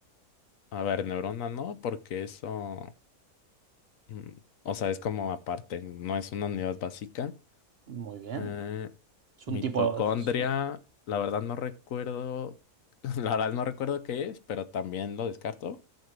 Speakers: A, on the left; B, on the right.
A: A ver, neurona no, porque eso. Mm, O sea, es como aparte, no es una unidad básica.
B: Muy bien.
A: Eh,
B: Es
A: mitocondria,
B: un tipo... Sí.
A: la verdad no recuerdo, <laughs> la verdad no recuerdo qué es, pero también lo descarto.